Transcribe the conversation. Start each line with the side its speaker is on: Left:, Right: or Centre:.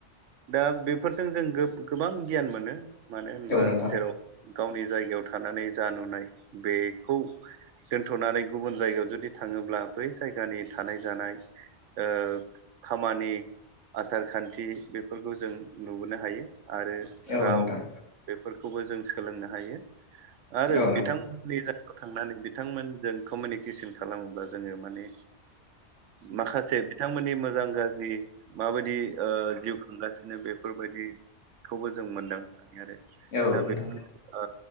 Right: दा बे बेफोरजों जों गोबां गियान मोनो मानो होनबा
Left: औ नोंथां
Right: जेराव गावनि जायगायाव थानानै जा नुनाय बेखौ दोनथ'नानै गुबुन जायगायाव जुदि थाङोब्ला बै जायगानि थानाय जानाय ओ खामानि आसार खान्थि बेफोरखौ जों नुबोनो हायो। आरो
Left: औ
Right: राव
Left: नोंथां
Right: बेफोरखौबो जों सोलोंनो हायो। आरो
Left: औ नोंथां
Right: बिथांमोननि थांनानै बिथांमोनजों कमिउनिकेसन खालामोबा जोङो माने माखासे बिथांमोननि मोजां गाज्रि माबायदि ओ जिउ खांगासिनो बे फोरबायदिखौबो जों मोनदांनो हायो आरो।
Left: औ
Right: दा
Left: नोंथां
Right: बेफोरनि ओ